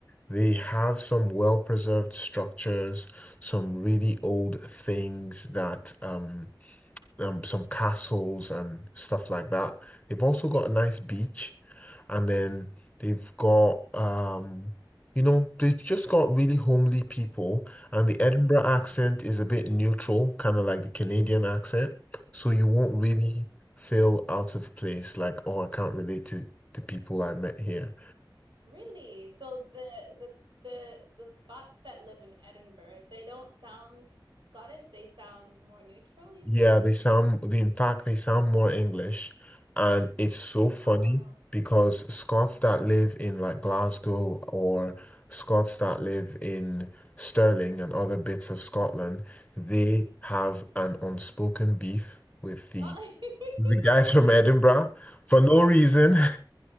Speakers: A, on the left (about 15°); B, on the right (about 75°).
A: They have some well-preserved structures, some really old things that um um some castles and stuff like that. They've also got a nice beach, and then they've got um you know they've just got really homely people, and the
B: Yeah.
A: Edinburgh accent is a bit neutral, kind of like the Canadian accent, so you won't really feel out of place, like oh I can't relate to the people I met here.
B: Really? So the the the the Scots that live in Edinburgh, they don't sound Scottish, they sound more neutral, you
A: Yeah,
B: think?
A: they sound, they- in fact, they sound more English. And it's so funny
B: Oh.
A: because Scots that live in like Glasgow or Scots that live in Stirling and other bits of Scotland, they
B: Mm-hmm.
A: have an unspoken beef with the
B: <laughs>
A: the guys from Edinburgh, for no reason. <laughs>